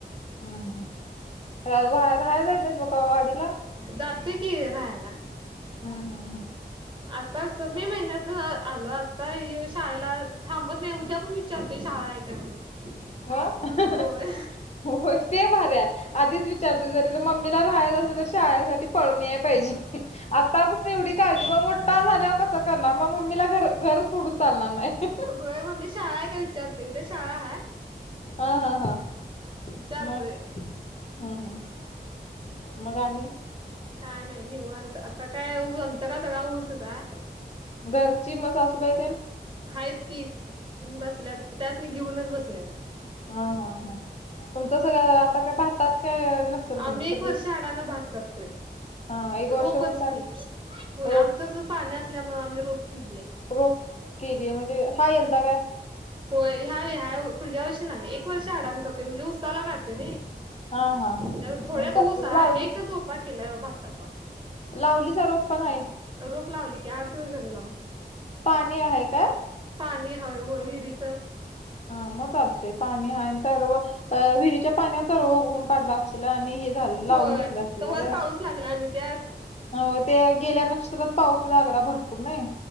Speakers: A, on the left (about 40°); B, on the right (about 30°).
A: हम् राहायलाय नाही ब का वाडीला
B: जातंय की राहायला.
A: हम् हम हम.
B: आता स मे महिन्यात आलो. आता शाळेला थांबत नाही उद्या आपण विचारतोय शाळा आहे काय म्हणून
A: हो हं हं
B: होय
A: ह. हो ते भारी हाय आधीच विचारते जरी मम्मीला राहायला सुद्धा शाळेसाठी पळून येयला पाहिजे. आता पण एवढी काळजी मग मोठा झाल्यावर कस करणार मग मम्मीला घर घरच पुडून चालणार नाही.
B: होय मम्मी शाळा का विचारत्. ते उदया शाळा हाय.
A: हा हा हा
B: विचारतोय
A: मग हम्म हम्म मग आणि?
B: काय नाही निवांत आता काय ऊस आमचा का सगळा ऊसच आहे.
A: घरची मग सासूबाई ते
B: आहेत की बसल्या त्यासनी घेऊनच बसले आता
A: हा हा हा तुमच सगळं आता काय भातात काय? नसेल तुमचं
B: आम्ही
A: सगळं
B: एक वर्ष अडाणं भात करतोय.
A: हां एक वर्ष
B: रोपंच
A: ऊस आणि
B: की होय
A: रोप
B: आमचं कसं पाणी असल्यामुळे आम्ही रोप केली.
A: रोप केली आहे म्हणजे हाय यंदा काय
B: होय ह्या ह्या पुढच्या या वर्षी नाही एक वर्ष आडाण करते म्हणजे उसाला काढतो
A: हां हां हां.
B: जरा थोड्यात
A: यंदा
B: ऊस हाय
A: लावली
B: एकच उपाय केलाय भाताचा
A: लावलीस रोप पण आहे.
B: रोप लावली की आठ दिवस झालं लावून
A: पाणी आहे का?
B: पाणी आहेय होय विहिरीच
A: हा मग चालतेय पाणी हा स विहिरीच्या पाण्यावर तर उघून काढला असं आणि हे झालं
B: होय
A: लावून घेतलं असशीला
B: तवर
A: ग
B: पाऊस लागला आणि त्यात
A: हो ते गेल्या नक्षत्रात पाऊस जागला भरपूर नाय